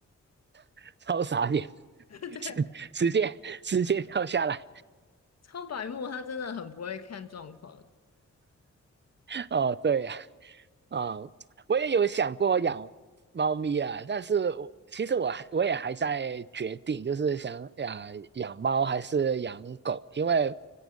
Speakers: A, on the right; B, on the left.
A: <laughs> 超傻眼，
B: <laughs> 对，
A: <laughs> 直接直接跳下来。
B: 超白目，它真的很不会看状况。
A: 哦，对呀、啊，嗯，我也有想过养猫咪啊，但是我其实我还我也还在决定，就是想养养猫还是养狗，因为